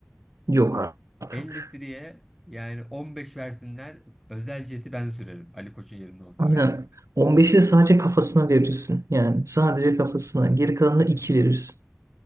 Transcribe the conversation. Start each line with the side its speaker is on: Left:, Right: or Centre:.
Right: Yok artık.
Centre: El Nesiri'ye yani 15 versinler özel jeti ben sürerim Ali Koç'un yerinde olsam
Right: Aynen.
Centre: öyle diyeyim.
Right: 15'i de sadece kafasına verirsin. Yani sadece kafasına. Geri kalanına 2 verirsin.